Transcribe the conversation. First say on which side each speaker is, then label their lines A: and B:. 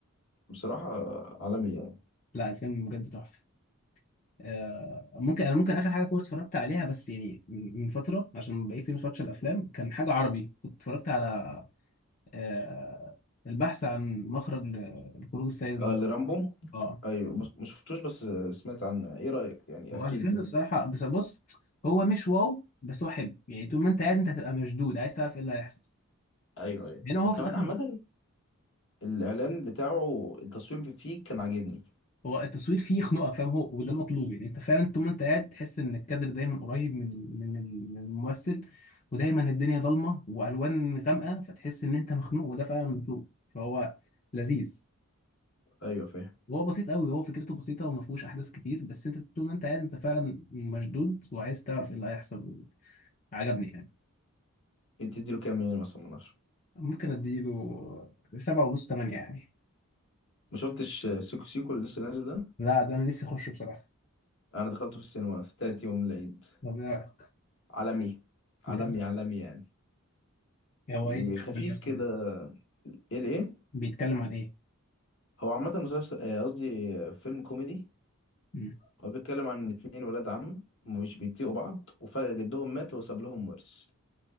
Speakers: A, on the left; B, on the left.
A: بصراحة آه، عالمي يعني
B: لا الفيلم بجد تحفه آه، ممكن انا ممكن اخر حاجه كنت اتفرجت عليها بس يعني من من فتره عشان بقيت كتير ما اتفرجتش على الافلام كان حاجه عربي كنت اتفرجت على آه، البحث عن مخرج لخروج السيد
A: آه
B: رامبو
A: لرامبو
B: اه
A: أيوه ما ما شفتوش بس آه، سمعت عنه إيه رأيك يعني
B: هو
A: احكي
B: الفيلم
A: لي كده
B: بصراحة بس بص هو مش واو بس هو حلو يعني طول ما انت قاعد انت هتبقى مشدود عايز تعرف ايه اللي هيحصل
A: أيوه أيوه
B: يعني هو
A: وكمان
B: في الاخر
A: عامة الإعلان بتاعه التصوير فيه كان عاجبني
B: هو التصوير فيه يخنقك فاهم هو وده المطلوب يعني انت فعلا طول ما انت قاعد تحس ان الكادر دايما قريب من من من الممثل ودايما الدنيا ضلمة والوان غامقة فتحس ان انت مخنوق وده فعلا المطلوب فهو لذيذ
A: أيوه فاهم
B: وهو بسيط قوي هو فكرته بسيطة وما فيهوش احداث كتير بس انت طول ما انت قاعد انت فعلا مشدود وعايز تعرف ايه اللي هيحصل عجبني يعني
A: أنت تديله كام من عشرة مثلا من عشرة
B: ممكن اديله سبعة ونص تمانية يعني
A: ما شفتش آه، سيكو سيكو اللي لسه نازل ده
B: لا ده انا نفسي اخشه بصراحة
A: أنا دخلته في السينما في تالت يوم العيد
B: طب ايه رأيك
A: عالمي عالمي
B: بجد
A: عالمي يعني
B: هو
A: يعني
B: ايه بيتكلم
A: خفيف
B: عن إيه أصلاً؟
A: كده ايه ليه
B: بيتكلم عن ايه
A: هو عامة مسلسل آه، قصدي آه، فيلم كوميدي
B: امم
A: هو بيتكلم عن اتنين ولاد عم مش بيطيقوا بعض وفجأة جدهم مات وساب لهم ورث